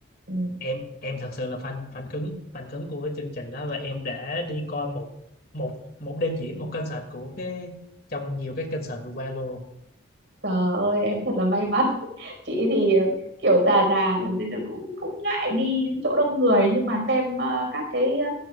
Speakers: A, on the right (about 60°); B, on the left (about 45°).
A: ừ.
B: em em thật sự là fan fan cứng fan cứng của cái chương trình đó và em đã đi coi một một một đêm diễn một concert của cái trong nhiều cái concert vừa qua luôn
A: Trời ơi em thật là may mắn <laughs> chị thì ờ, kiểu già già rồi nên là cũng cũng ngại đi đến chỗ đông người nhưng mà xem ờ, các cái ờ,